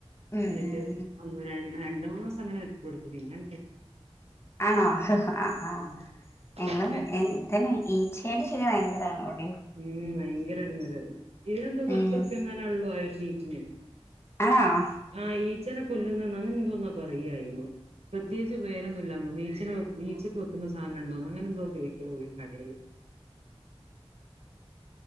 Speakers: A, on the left (about 25°); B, on the right (about 75°).
A: ഉം
B: എന്നിട്ട്
A: ഉം
B: ഒന്ന് ര രണ്ട് മൂന്ന് ദിവസം അങ്ങനെ വെച്ചുകൊടുത്തു പിന്നെ
A: ആണോ ആ ആ
B: ഉം
A: ഞങ്ങള്
B: ഏ
A: എ ഇതന്നെ ഈച്ചേന്റെ ശല്യം വയങ്കരാണ് ഇവ
B: ഉം വയങ്കര എടങ്ങേറഹ് ഇതിനന്തൊ പത്ത്റുപ്യങ്ങാനോള്ളൂ
A: ഉം
B: അഹ് ശീ <unintelligible>
A: ആണോ
B: ആ ഈച്ചനെ കൊല്ലുന്നേന്നൊ അങ്ങനെന്തോന്നാ പറയ്യായിരുന്നു പ്രത്യേയിച്ച് പേരൊന്നു ഇല്ലാന്നോ വീച്ച്ണാ വീച്ചക്ക് വെക്കുന്ന സാനം ഇണ്ടോന്നൊ അങ്ങനന്തോ ചോയിക്കാ പോയി കടേല്